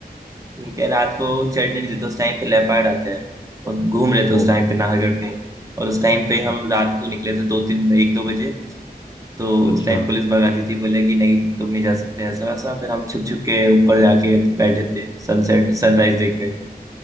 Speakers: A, on the right (about 20°); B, on the left (about 25°).
A: क्योंकि रात को चढ़ने नहीं देते उस टाइम पे लेपर्ड आते हैं और घूम रहे थे उस
B: ओ
A: टाइम पे नाहरगढ़ पे और उस टाइम पे हम
B: ओ,
A: रात को निकले थे दो तीन एक दो बजे तो
B: अच्छा
A: उस टाइम पुलिस भगाती थी बोले कि नहीं तुम नहीं जा सकते ऐसा वैसा फिर हम छुप छुप के ऊपर जाके बैठे थे सनसेट सनराइज देखने